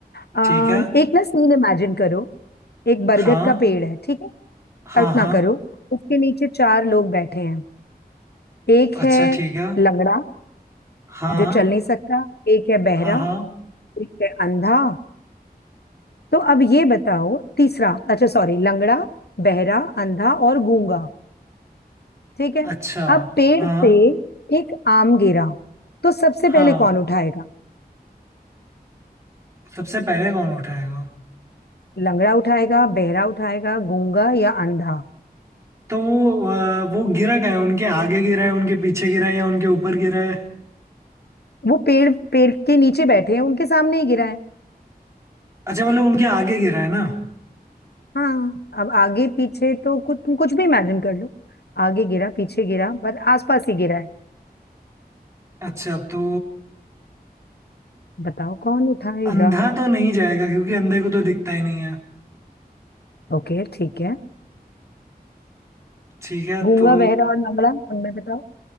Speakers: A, on the left; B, on the right.
A: अम,
B: ठीक है
A: एक ना सीन इमेजिन करो एक बरगद
B: हाँ
A: का पेड़ है ठीक है
B: हाँ
A: कल्पना
B: हाँ
A: करो उसके नीचे चार लोग बैठे हैं एक
B: अच्छा
A: है
B: ठीक है
A: लंगड़ा
B: हाँ
A: जो चल नहीं सकता एक है बहरा
B: हाँ हाँ
A: एक है अंधा तो अब ये बताओ तीसरा अच्छा सॉरी लंगड़ा बहरा अंधा और गूंगा ठीक है
B: अच्छा
A: अब पेड़
B: हाँ
A: से एक आम गिरा तो सबसे
B: हाँ
A: पहले कौन उठाएगा
B: सबसे पहले कौन उठाएगा
A: लंगड़ा उठाएगा बहरा उठाएगा गूंगा या अंधा
B: तो वो अ, वो गिरा क्या है उनके आगे गिरा है उनके पीछे गिरा है या उनके ऊपर गिरा है
A: वो पेड़ पेड़ के नीचे बैठे हैं उनके सामने ही गिरा है
B: अच्छा मतलब उनके आगे गिरा है ना
A: हाँ अब आगे पीछे तो कुछ तुम कुछ भी इमेजिन कर लो आगे गिरा पीछे गिरा पर आसपास ही गिरा है
B: अच्छा तो
A: बताओ कौन उठाएगा
B: अंधा तो नहीं जाएगा क्योंकि अंधे को तो दिखता ही नहीं है
A: ओके ठीक है
B: ठीक है
A: गूंगा
B: तो
A: बहरा और लंगड़ा उनमें बताओ